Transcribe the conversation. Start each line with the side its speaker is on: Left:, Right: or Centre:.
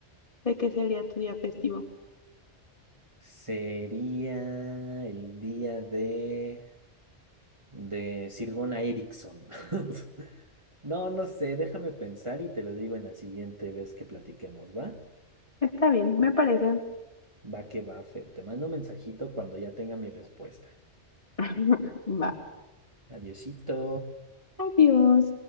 Left: de qué sería tu día festivo.
Right: Sería el día de, de Sir Gunnar Eriksson. <laughs> No, no sé, déjame pensar y te lo digo en la siguiente vez que platiquemos, ¿va?
Left: Está bien, me parece.
Right: Va que va, Fer. Te mando un mensajito cuando ya tenga mi respuesta.
Left: <laughs> Va.
Right: Adiosito.
Left: Adiós.